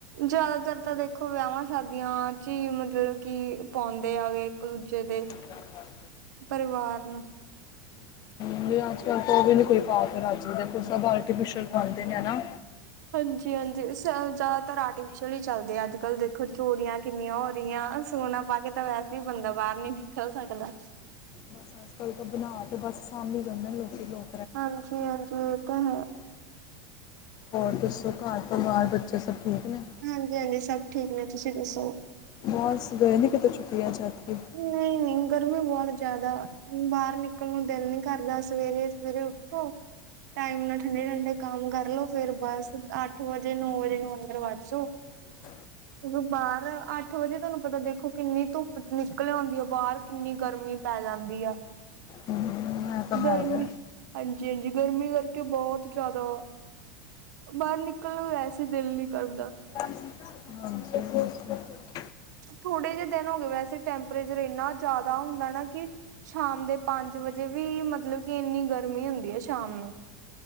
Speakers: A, on the right; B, on the left.
A: ਜ਼ਿਆਦਾਤਰ ਤਾਂ ਦੇਖੋ ਵਿਆਹਾਂ ਸ਼ਾਦੀਆਂ 'ਚ ਹੀ ਮਤਲਬ ਕੀ ਪਾਉਂਦੇ ਆ ਗਏ ਇੱਕ ਦੂਜੇ ਦੇ।
B: ਸਹੀ ਗੱਲ ਹੈ।
A: ਪਰਿਵਾਰ ਨੂੰ।
B: ਨਹੀਂ ਅੱਜ -ਕੱਲ ਤੋਂ ਉਹ ਵੀ ਨੀ ਕੋਈ ਪਾ ਕੇ ਰਾਜ਼ੀ, 'ਦੇਖੋ ਸਭ ਆਰਟੀਫਿਸ਼ਲ ਪਾਂਦੇ ਨੇ ਹਨਾ।
A: ਹਾਂਜੀ, ਹਾਂਜੀ। ਜ਼ਿਆਦਾਤਰ ਆਰਟੀਫਿਸ਼ਲ ਹੀ ਚਲਦੇ ਆ। ਅੱਜ- ਕੱਲ ਦੇਖੋ ਚੋਰੀਆਂ ਕਿੰਨੀਆਂ ਹੋ ਰਹੀਆਂ। ਸੋਨਾ ਪਾ ਕੇ ਤਾਂ ਵੈਸੇ ਹੀ ਬੰਦਾ ਬਾਰ ਨੀ ਨਿਕਲ ਸਕਦਾ।
B: ਬਸ ਅਜ -ਕੱਲ ਤਾਂ ਬਣਾ ਤੇ ਬਸ ਸਾਂਭੀ ਜਾਂਦੇ ਲੋਕੀਂ ਤੋਂ।
A: ਹਾਂਜੀ, ਹਾਂਜੀ ਇਹ ਤਾਂ ਹੈ।
B: ਹੋਰ ਦੱਸੋ, ਘਰ ਪਰਿਵਾਰ ਬੱਚੇ ਸਭ ਠੀਕ ਨੇ?
A: ਹਾਂਜੀ, ਹਾਂਜੀ ਸਭ ਠੀਕ ਨੇ, ਤੁਸੀਂ ਦੱਸੋ?
B: ਬਸ, ਗਏ ਨੀ ਕਿਤੇ ਛੁੱਟੀਆਂ 'ਚ ਐਤਕੀਂ?
A: ਨਹੀਂ, ਨਹੀਂ ਗਰਮੀ ਬਹੁਤ ਜਾਦਾ, ਬਾਰ ਨਿਕਲਣ ਨੂੰ ਦਿਲ ਨਹੀਂ ਕਰਦਾ, ਸਵੇਰੇ -ਸਵੇਰੇ ਉੱਠੋ। ਟਾਈਮ ਨਾਲ ਠੰਡੇ, ਠੰਡੇ ਕੰਮ ਕਰਲੋ। ਫੇਰ ਬਸ ਅੱਠ ਵਜੇ ਨੌ ਵਜੇ ਨੂੰ ਅੰਦਰ ਵੜਜੋ।
B: ਹ <unintelligible>
A: ਹੁਣ ਬਾਰ ਅੱਠ ਵਜੇ ਤੁਹਾਨੂੰ ਪਤਾ, 'ਦੇਖੋ ਕਿੰਨੀ ਧੁੱਪ ਨਿਕਲ ਆਉਂਦੀ ਆ ਬਾਰ, ਕਿੰਨੀ ਗਰਮੀ ਪੈ ਜਾਂਦੀ ਆ।
B: ਹਮ ਇਹ ਤਾਂ ਹੈ
A: ਗਰਮੀ,
B: ਵੇ
A: ਹਾਂਜੀ -ਹਾਂਜੀ ਗਰਮੀ ਕਰਕੇ ਬਹੁਤ ਜ਼ਿਆਦਾ ਬਾਰ ਨਿਕਲਣ ਨੂੰ ਵੈਸੇ ਦਿਲ ਨਹੀਂ ਕਰਦਾ।
B: ਹਾਂਜੀ। ਹਾਂਜੀ, ਹਾਂਜੀ।
A: ਥੋੜੇ ਜਿਹੇ ਦਿਨ ਹੋ ਗਏ ਵੈਸੇ ਟੈਂਪਰੇਚਰ ਇੰਨਾ ਜ਼ਿਆਦਾ ਹੁੰਦਾ ਨਾ ਕਿ ਸ਼ਾਮ ਦੇ ਪੰਜ ਵਜੇ ਵੀ, ਮਤਲਬ ਕਿ ਇੰਨੀ ਗਰਮੀ ਹੁੰਦੀ ਹੈ ਸ਼ਾਮ ਨੂੰ।